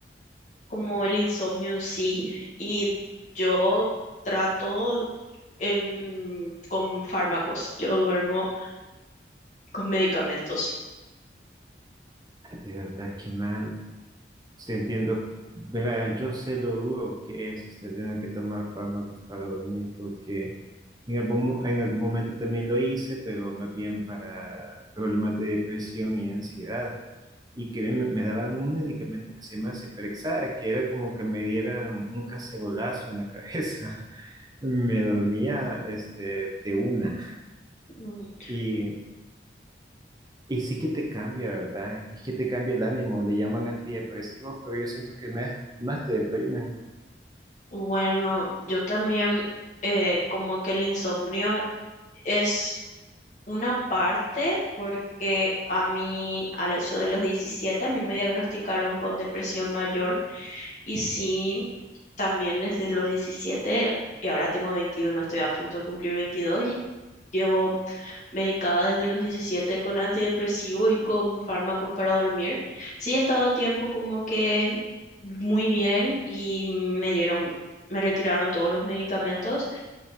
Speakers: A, on the left; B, on the right.
A: como el insomnio en sí y yo trato en, con fármacos, yo duermo con medicamentos.
B: De verdad, qué mal. Sí, entiendo. Verán, yo sé lo duro que es este, tener que tomar fármacos para dormir, porque en algún, mo- en algún momento también lo hice, pero más bien para problemas de depresión y ansiedad. Y créeme, me daban un medicamento que se llama Ciprexa, que era como que me dieran un cacerolazo en la cabeza. <laughs> Me dormía este, de una.
A: Ujú.
B: Y, y sí que te cambia, ¿verdad? Es que te cambia el ánimo. Le llaman antidepresivos, pero yo siento que más, más te deprimen.
A: Bueno, yo también eh, como que el insomnio es una parte porque a mí, a la- eso de los 17 a mí me diagnosticaron con depresión mayor y sí, también desde los diecisiete y ahora tengo veintiuno estoy a punto de cumplir veintidós y llevo medicada desde los 17 con antidepresivos y con fármacos para dormir. Sí, he estado tiempo como que muy bien y me dieron, me retiraron todos los medicamentos,